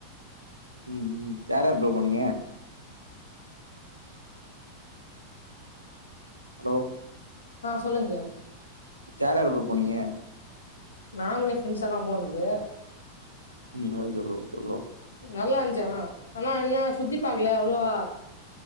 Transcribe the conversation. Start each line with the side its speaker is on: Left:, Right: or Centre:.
Right: ம் ம் யார் யார் ப்ரோ போனீங்க ஹலோ
Left: ஆ சொல்லுங்க
Right: யார் யார் ப்ரோ போனீங்க
Left: நானு யே ப்ரெண்ட்ஸ் எல்லா போனது
Right: ம் ஓகே ப்ரோ ஓகே ப்ரோ
Left: நல்லா இருந்துச்சி ஆனா ஆனா என்ன சுத்தி பாக்கல அவ்வளவா